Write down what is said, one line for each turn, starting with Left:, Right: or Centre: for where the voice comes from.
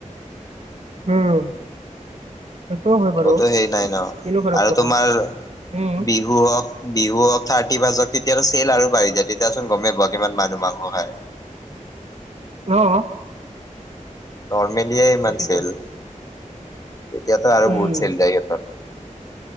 Right: উম। সেইটোও হয়
Left: সিহঁতৰ
Right: বাৰু
Left: হেৰি নাই ন
Right: কিনো হেল্প
Left: আৰু
Right: কৰিব
Left: তোমাৰ বি
Right: উম,
Left: বিহু হওক, বিহু হওক, থাৰ্টি ফাৰ্ষ্ট হওক তেতিয়া চেল আৰু বাঢ়ি যায় তেতিয়া চোন গমেই পোৱা, কিমান মানুহ মাংস খায়। <unintelligible>
Right: অঁ।
Left: নৰ্মেলিয়ে ইমান
Right: তাকেতো।
Left: চেল। তেতিয়াতো আৰু
Right: উম,
Left: বহুত চেল যায় সিহঁতৰ। <unintelligible>